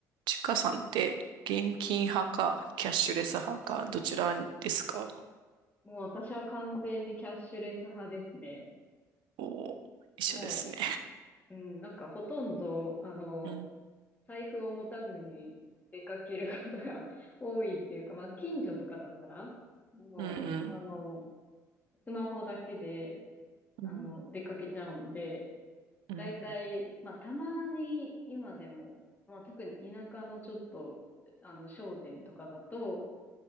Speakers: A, on the right; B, on the left.
A: ちかさんって現金派かキャッシュレス派かどちらですか
B: もう私は完全にキャッシュレス派ですね。
A: おー、一緒ですね。
B: もう、うん、なんかほとんど、あの、
A: うん、
B: 財布を持たずに出かけることが <laughs> 多いっていうか、まあ、近所とかだったら、もう、
A: うん、
B: あの、スマホだけで、あの、
A: うん、うん
B: 出かけちゃうので、
A: うん
B: だいたい、まあ、たまに今でも、まあ、特に田舎のちょっと、あの、商店とかだと、